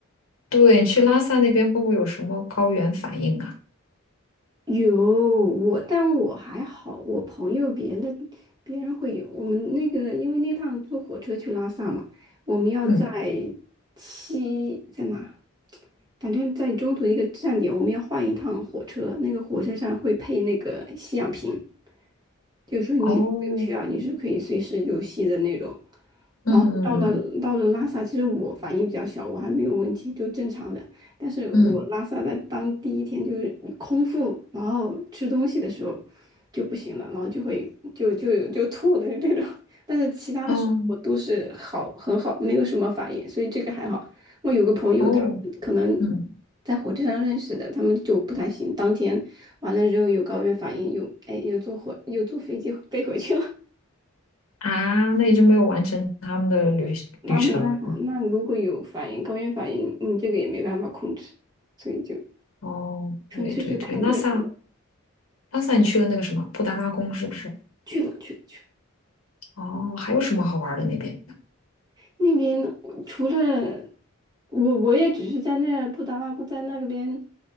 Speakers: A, on the left (about 70°); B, on the right (about 20°).
A: 对，你去拉萨那边会不会有什么高原反应啊？
B: 有我，但我还好，我朋友别人的别人会有。我们那个，因为那趟坐火车去拉萨嘛，我们要在七在哪？
A: 嗯，
B: 反正在中途一个站点，我们要换一趟火车，那个火车上会配那个吸氧瓶。就是说你如果有需要，
A: 哦，
B: 你是可以随时就吸的那种。
A: 嗯
B: 然后到了到了拉萨，其实我反应比较小，我还没有问题，就正常的。但是我拉萨在当第一天就是空腹，
A: 嗯嗯
B: 然后吃东西的时候就不行了，然后就会就就就吐的这种。但是其他的时候我都是好很好，
A: 哦
B: 没有什么反应，所以这个还好。我有个朋友他可能
A: 哦嗯
B: 在火车上认识的，他们就不太行，当天完了之后有高原反应，有哎有坐火有坐飞机飞回去了。
A: 啊，那你就没有完成他们的旅旅程。
B: <laughs> 对，那没办法，那如果有反应，高原反应，你这个也没办法控制，所以就
A: 哦，
B: 纯粹就看个人了。
A: 对对对，拉萨拉萨你去了那个什么布达拉宫是不是？
B: 去了去了去了。
A: 哦，还有什么好玩的那边？
B: 那边除了我，我也只是在那布达拉宫在那个边